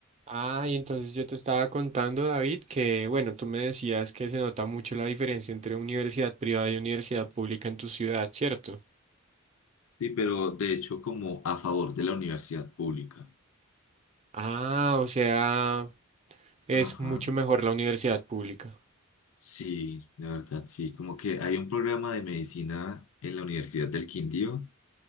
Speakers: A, on the right (about 30°); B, on the left (about 80°).
A: Ah, y entonces yo te estaba contando, David, que bueno, tú me decías que se nota mucho la diferencia entre universidad privada y universidad pública en tu ciudad, ¿cierto?
B: Sí, pero de hecho como a favor de la universidad pública.
A: Ah, o sea, es
B: Ajá.
A: mucho mejor la universidad pública.
B: Sí, de verdad, sí. Como que hay un programa de medicina en la Universidad del Quindío